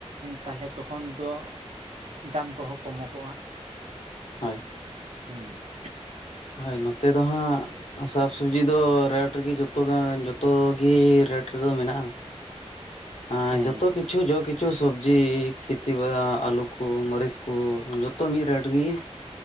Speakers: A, on the right (about 65°); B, on the left (about 75°).
A: ᱛᱟᱦᱞᱮ ᱛᱚᱠᱷᱚᱱ ᱫᱚ ᱫᱟᱢ ᱠᱚᱦᱚᱸ ᱠᱚᱢᱚᱜᱚᱜᱼᱟ
B: ᱦᱳᱭ
A: ᱦᱮᱸ
B: ᱦᱳᱭ ᱱᱚᱛᱮ ᱫᱚ ᱦᱟᱸᱜ ᱥᱟᱠ ᱥᱚᱵᱡᱤ ᱫᱚ ᱨᱮᱴ ᱨᱮᱜᱮ ᱡᱚᱛᱚ ᱡᱚᱛᱚ ᱜᱤ ᱨᱮᱴ ᱨᱮᱫᱚ ᱢᱮᱱᱟᱜᱼᱟ ᱦᱮ
A: ᱦᱮᱸ
B: ᱡᱚᱛᱚ ᱠᱤᱪᱩ ᱡᱚ ᱠᱤᱪᱷᱩ ᱡᱚᱛᱚ ᱥᱚᱵᱡᱤ ᱠᱷᱮᱛᱤ ᱵᱟ ᱟᱹᱞᱩ ᱠᱚ ᱢᱟᱹᱨᱤᱪ ᱠᱚ ᱡᱚᱛᱚ ᱢᱤᱫ ᱨᱮᱴ ᱜᱮ